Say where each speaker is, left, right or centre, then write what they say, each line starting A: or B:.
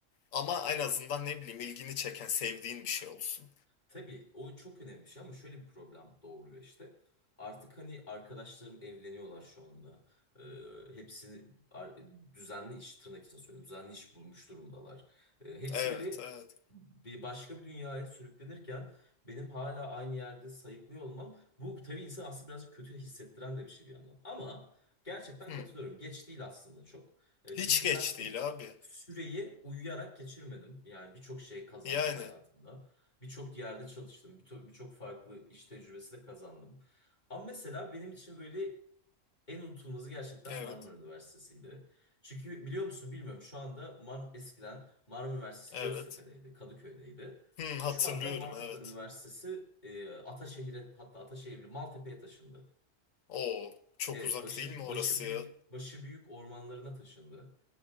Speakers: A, on the left (about 80°); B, on the left (about 35°).
A: Ama en azından ne bileyim ilgini çeken sevdiğin bir şey olsun.
B: Tabii o çok önemli bir şey ama şöyle bir problem doğuruyor işte. Artık hani arkadaşlarım evleniyorlar şu anda. Ee, hepsini ar- düzenli iş tırnak için söylüyorum. Düzenli iş bulmuş durumdalar. Ee, hepsi
A: Evet
B: böyle
A: evet.
B: bir başka bir dünyaya sürüklenirken benim hala aynı yerde sayıklıyor olmam bu tabii insan aslında birazcık kötü hissettiren de bir şey bir yandan. Ama gerçekten
A: Hmm.
B: katılıyorum. Geç değil aslında çok. Ee,
A: Hiç
B: çünkü
A: geç
B: ben o
A: değil abi.
B: süreyi uyuyarak geçirmedim. Yani birçok şey kazandım
A: Yani
B: hayatımda. Birçok yerde çalıştım. Birçok birçok farklı iş tecrübesi de kazandım. Ama mesela benim için böyle en unutulmazı gerçekten
A: evet
B: Marmara Üniversitesi'ydi. Çünkü biliyor musun bilmiyorum şu anda Mar eskiden Marmara Üniversitesi
A: evet.
B: Göztepe'deydi, Kadıköy'deydi.
A: Hmm,
B: Şu
A: hatırlıyorum
B: Evet. anda Marmara
A: evet.
B: Üniversitesi e, Ataşehir'e hatta Ataşehir bile Maltepe'ye taşındı.
A: Oo çok
B: Evet,
A: uzak
B: başı
A: değil mi orası
B: başı büyük
A: ya?
B: başı büyük ormanlarına taşındı.